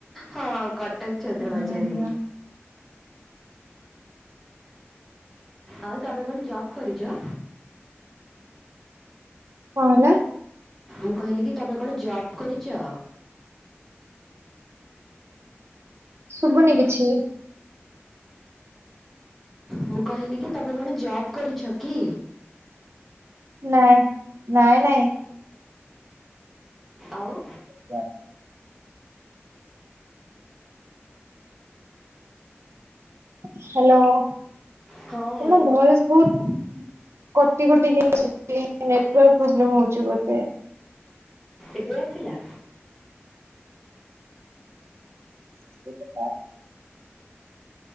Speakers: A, in the centre; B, on the right.
A: ହଁ କଟକ ଛତ୍ର
B: ଉଁ
A: ବଜାରେ।
B: ହୁଁ।
A: ଆଉ ତମେ କଣ ଜବ୍ କରିଚ?
B: କଣ ହେଲା?
A: ମୁଁ କହିଲି କି ତମେ କଣ ଜବ କରିଚ?
B: ଶୁଭୁନି କିଛି?
A: ମୁଁ କହିଲି କି ତମେ କଣ ଜବ କରିଛ କି?
B: ନାଇଁ ନାଇଁ ନାଇଁ।
A: ଆଉ?
B: ଜ୍ଞା। ହାଲୋ। ତମ
A: ହଁ ହ୍ୟାଲୋ
B: ଭଏସ୍ ବହୁତ କଟି କଟିିକି <unintelligible> ପ୍ରୋବ୍ଲେ ହଉଚି ବୋଧେ।
A: ଏବେ ଆସିଲା?
B: <unintelligible>